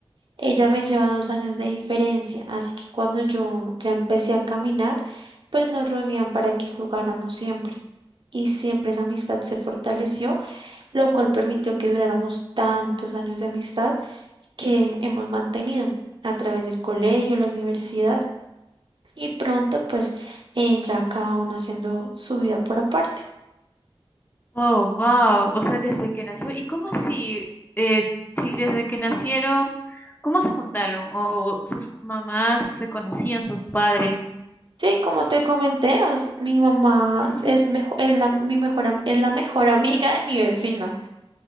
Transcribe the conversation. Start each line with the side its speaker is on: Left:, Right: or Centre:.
Right: Ella me lleva dos años de diferencia, así que cuando yo ya empecé a caminar, pues nos reunían para que jugáramos siempre. Y siempre esa amistad se fortaleció, lo cual permitió que duráramos tantos años de amistad que hemos mantenido a través del colegio, la universidad y pronto pues eh, ya cada uno haciendo su vida por aparte.
Left: Oh, wow. O sea, desde que nació. ¿Y cómo así? Eh, si desde que nacieron, ¿cómo se juntaron? ¿O sus mamás se conocían, sus padres?
Right: Sí, como te comenté, os- mi mamá
Left: Ujú.
Right: es mejor, es la, mi mejor, am- es la mejor <laughs> amiga de mi vecina.